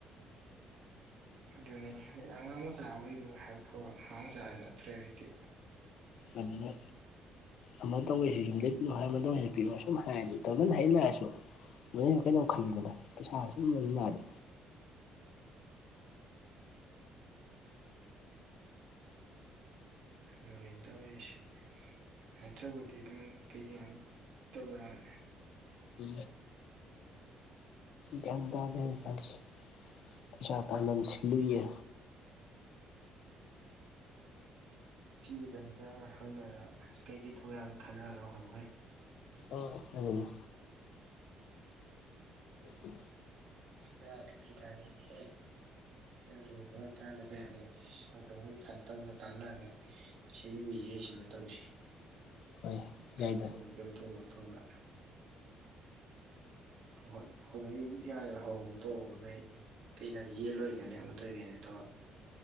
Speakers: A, on the right; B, on the left.
A: ꯑꯗꯨꯅꯤ ꯑꯩ ꯑꯉꯥꯡ ꯃꯆꯥ ꯑꯣꯏꯗꯨ ꯍꯥꯏꯕ ꯐꯕ ꯑꯉꯥꯡ ꯃꯆꯥꯗꯨ ꯅꯠꯇ꯭ꯔꯦ ꯍꯧꯖꯤꯗꯤ
B: ꯑꯅꯤ ꯑꯃ ꯇꯧꯁꯤ ꯌꯨꯝꯗꯩ ꯄꯤꯌꯣ ꯍꯥꯏꯔ ꯑꯃ ꯇꯧꯩꯁꯤ ꯄꯤꯛꯑꯣ ꯑꯨꯝ ꯍꯥꯏꯔꯗꯤ ꯇꯗꯅ ꯍꯌꯦ ꯂꯥꯛꯑꯁꯨ ꯍꯦ ꯀꯩꯅꯣ ꯈꯜꯂꯤꯗꯅꯦ ꯄꯩꯁꯥ ꯁꯨꯝ ꯂꯧꯖꯤꯟꯂꯛꯑꯗꯤ
A: ꯑ ꯏꯗꯁ ꯍꯥꯏꯕꯗꯤ ꯑꯗꯨꯝ ꯇꯧꯕ ꯌꯥꯦ
B: ꯎ ꯒ꯭ꯌꯥꯟ ꯇꯥꯗꯀꯥꯟꯁꯤ ꯄꯩꯁꯥ ꯇꯥꯝ ꯁꯤꯂꯨꯏꯌꯦ
A: ꯆꯤꯗ ꯑꯃꯨꯛꯀ ꯍꯪꯅꯔꯒ ꯀꯩꯀꯩ ꯊꯅ ꯈꯥꯅꯔꯒ ꯍꯔꯣꯏ
B: ꯑꯣꯖ ꯎ
A: ꯄ ꯌꯥꯗ ꯂꯩ ꯇꯅꯤ ꯑꯦ ꯑꯗꯨ ꯚꯣꯏ ꯇꯥꯂꯕ ꯌꯥꯔꯦꯈꯉꯩ ꯈ ꯇꯧꯅ ꯇꯥꯟꯅꯔꯒꯦ ꯁꯤ ꯕꯤꯖꯤꯅꯦꯁ ꯑꯃ ꯇꯧꯁꯤ
B: <unintelligible>
A: ꯀꯩꯃꯤ
B: ꯌꯥꯏꯗ
A: ꯇꯣꯡꯉ ꯀꯩꯝ ꯇꯣꯡꯉ ꯇꯣꯡꯒ ꯍꯣꯏ ꯍꯣꯏ ꯑꯩ ꯌꯥꯔꯦ ꯍꯧꯍꯨ ꯇꯧ ꯅ ꯑꯩ ꯀꯩꯗ ꯌꯦꯟꯂꯣꯏꯒꯅꯤ ꯑꯃ ꯑꯣꯏꯒꯅꯤ ꯑꯗꯣ